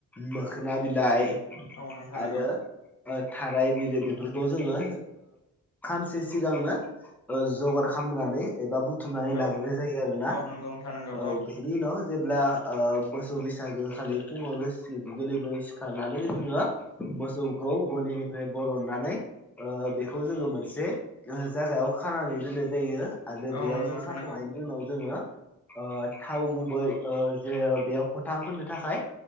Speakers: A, in the centre; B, on the left.
A: मोखोना बिलाइ
B: औ नोंथा
A: आरो
B: नोंगौ
A: ओ थाराय बि बेफोरखौ जोङो खानसे सिगांनो जगार खालामनानै एबा बुथुमनानै
B: औ
A: लाग्रोय जायो आरो ना
B: औ नंगौ नोंथां नंगौ
A: औ बेनि उनाव जे ब्ला मोसौ बैसागो खालि फुङावनो सिखारनानै जोङो मोसौखौ गलिनिफ्राय बरननानै बेखौ जोङो मोनसे जायाव खानानै दोननाय जायो आरो
B: औ
A: बेयाव
B: नंगौ
A: जों
B: नोंथां
A: खाखांहनायनि
B: नंगौ
A: उनाव जोङो थाव गुबै जे बेयाव फोथा फोननो थाखाय